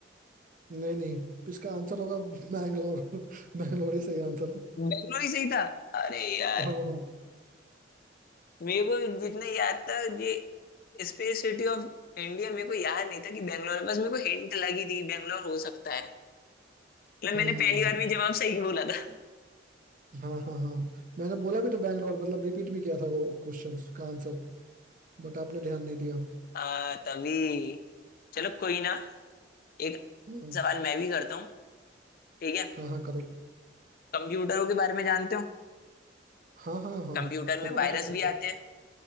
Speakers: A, on the right; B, on the left.
A: नहीं नहीं इसका आंसर होगा बैंगलोर <laughs> बैंगलोर ही सही आंसर है
B: बेंगलोर ही सही था अरे यार
A: हाँ हाँ।
B: मेरे को जितना याद था ये स्पेस सिटी ऑफ इंडिया मेरे को याद नहीं था कि बैंगलोर है बस मेरे को हिंट लगी थी बैंगलोर हो सकता है मतलब
A: हम्म
B: मैंने पहली बार में जवाब सही बोला था
A: हाँ हाँ हाँ मैंने बोला भी तो बैंगलोर मतलब रिपीट भी किया था वो क्वेश्चंस का आंसर बट आपने ध्यान नहीं दिया
B: <laughs> आ, तभी चलो कोई ना एक
A: हम्म
B: सवाल मैं भी करता हूँ ठीक है
A: हाँ हाँ करो
B: कंप्यूटरों के बारे में जानते हो
A: हाँ हाँ हाँ
B: कंप्यूटर में
A: थोड़ा बहुत
B: वायरस
A: तो
B: भी
A: आता है।
B: आते हैं